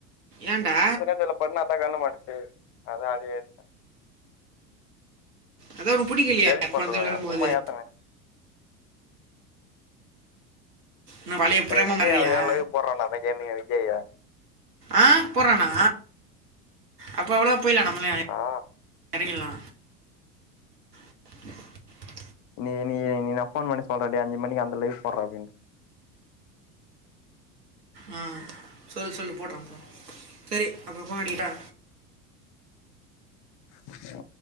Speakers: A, on the right; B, on the left.
A: ஏன்டா
B: இல்ல இல்ல பன்ன அதா கண்ல மாட்டுச்சி அதா அதே ஏத்திட்டே
A: அதா ஒனக்கு புடிக்கலீயே
B: டெலிட்
A: போனதடவ
B: பண்றுவே
A: வெளாடு போது
B: சும்மா ஏத்துனே
A: நான் பழைய
B: சரி
A: பிரேம
B: விஜய்
A: மாதிரியா
B: அதே லைவு போடறான்ல அதா கேமியே விஜய்ய
A: ஆ போறானா அப்ப அவ்வளதா போய்லா நம்மலே ஆயி
B: ஆ
A: எறக்கில்லா <inaudible>
B: இன்னிகி இன்னிகி இன்னிகி நா ஃபோன் பண்ணி சொல்ற டேய் அஞ்சு மணிக்கு அந்த லைவு போட்றா அப்பின்
A: ம் சொல்லு சொல்லு போட்றா போ செரி அப்பற ஃபோன் அடிகட்டா
B: ஓ